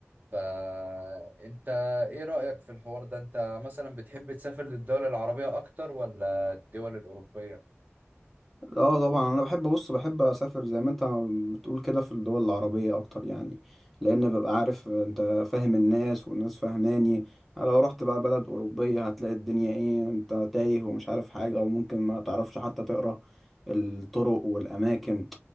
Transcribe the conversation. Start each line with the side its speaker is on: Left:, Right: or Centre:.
Right: فانت ايه رأيك في الحوار ده انت مثلا بتحب تسافر للدول العربية اكتر ولا الدول الأوروبية
Centre: اه طبعا انا بحب بص بحب اسافر زي ما انت بتقول كده في الدول العربيه اكتر يعني لان ببقى عارف انت فاهم الناس والناس فاهماني لو رحت بقى بلد اوروبيه هتلاقي الدنيا ايه انت تايه ومش عارف حاجه وممكن ما تعرفش حتى تقرا الطرق والاماكن